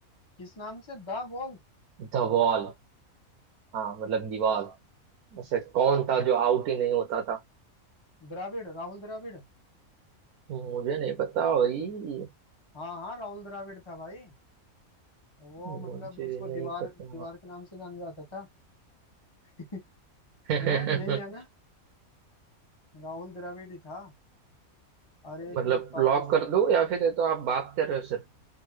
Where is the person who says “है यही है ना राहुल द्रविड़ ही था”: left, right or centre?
Left